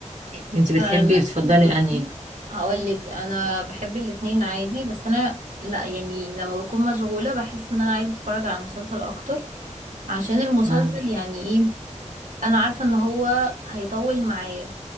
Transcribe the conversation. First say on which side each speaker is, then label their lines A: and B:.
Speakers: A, on the right; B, on the right.
A: انت بتحبي
B: آه لا
A: بتفضلي
B: بصي
A: انهي
B: هقول لك انا بحب الاتنين عادي بس انا لا يعني لما بكون مشغولة بحس ان انا عايزة اتفرج على مسلسل اكتر عشان المسلسل
A: اه
B: يعني ايه انا عارفة ان هو هيطول معايا